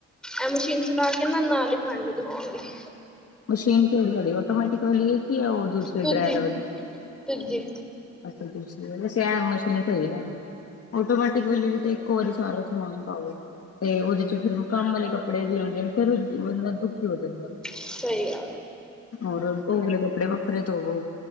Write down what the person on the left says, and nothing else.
ਮਸ਼ੀਨ ਕਿਹੜੀ ਤੁਹਾਡੀ ਅਟੋਮੈਟਿਕ ਵਾਲੀ ਏ ਕਿ ਉਹ ਦੂਸਰੀ
ਡਰੇਰ ਵਾਲੀ
ਅੱਛਾ ਦੂਸਰੀ ਵਾਲੀ ਵੈਸੇ ਇਹ ਮਸ਼ੀਨ ਧੋਈ ਜਾਂਦੀ ਆਟੋਮੈਟਿਕ ਵਾਲੀ ਵੀ ਇੱਕੋ ਵਾਰੀ ਸਾਰਾ ਸਮਾਨ ਪਾਓ ਤੇ ਉਹਦੇ ਚ ਫੇਰ ਕੰਮ ਵਾਲੇ ਕੱਪੜੇ ਵੀ ਹੁੰਦੇ ਨੇ ਫਿਰ ਬੰਦਾ ਦੁਖੀ ਹੋ ਜਾਂਦਾ
ਔਰ ਉਹ ਵਾਲੇ ਕੱਪੜੇ ਵੱਖਰੇ ਧੋਵੋ